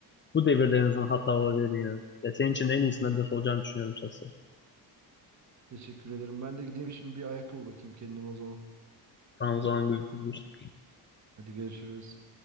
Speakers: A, on the left; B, on the right.
A: Bu devirde en azından hata olabilir ya. Ya senin için de en iyisinin Adidas olacağını düşünüyorum şahsen.
B: Teşekkür ederim. Ben de gideyim şimdi bir ayakkabı bakayım kendime o zaman.
A: Ramazan'ın gözü.
B: Hadi görüşürüz.